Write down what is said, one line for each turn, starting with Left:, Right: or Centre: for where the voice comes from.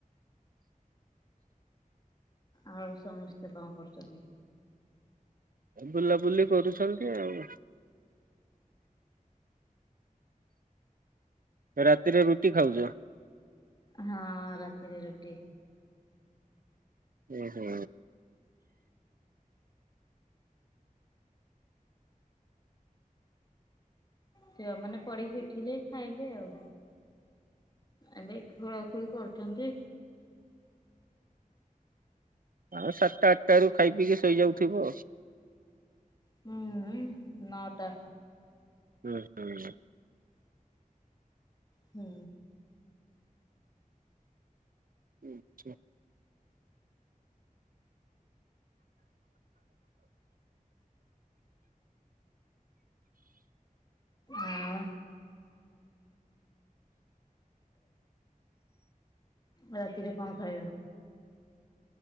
Left: ଆଉ ସମସ୍ତେ କଣ କରୁଛନ୍ତି?
Right: ବୁଲାବୁଲି କରୁଛନ୍ତି ଆଉ। ରାତିରେ ରୁଟି ଖାଉଛ?
Left: ହଁ ରାତିରେ ରୁଟି।
Right: ଓ ହୋ।
Left: ଝିଅ ମାନେ ପଢିକି ଉଠିଲେ ଖାଇବେ ଆଉ। ଏବେ ଖୋଳାଖୋଳି କରୁଛନ୍ତି।
Right: ଆଉ ସାତଟା ଆଠଟା ରୁ ଖାଇ ପିଇକି ଶୋଇଯାଉଥିବ।
Left: ହୁଁ ନଅଟା।
Right: ହୁଁ ହୁଁ।
Left: ହୁଁ
Right: ଆଛା।
Left: ଆଉ ରାତିରେ କଣ ଖାଇବା?